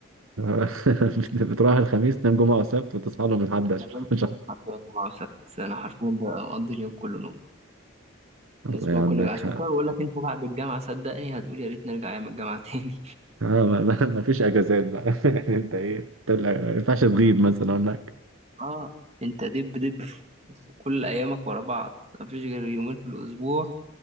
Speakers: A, on the right; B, on the right.
A: آه، <laughs> بتروح الخميس تنام جمعة وسبت وتصحى لهم الحد عشان
B: بنام
A: عشان-
B: فعلاً حتى أربعة وست أنا حرفيا بقضي اليوم كله نوم
A: الله
B: الأسبوع
A: يعينك
B: كله عشان
A: اه
B: كده بقول لك أنت بعد الجامعة صدقني هتقول يا ريت نرجع أيام الجامعة تاني
A: ما, ما, ما فيش اجازات بقى <laughs> يعني انت ايه انت لا- ما ينفعش تغيب
B: <laughs>
A: مثلا هناك
B: اه انت دب دب في كل ايامك ورا بعض مفيش غير يومين في الاسبوع